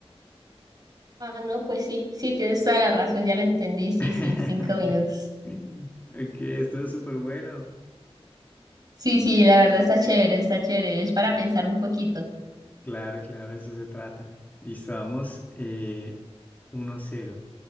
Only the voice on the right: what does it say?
Ah, no, pues sí, sí, tienes toda la razón, ya lo entendí, sí,
sí, cinco minutos.
Sí, sí, la verdad está chévere, está chévere, es para pensar un poquito.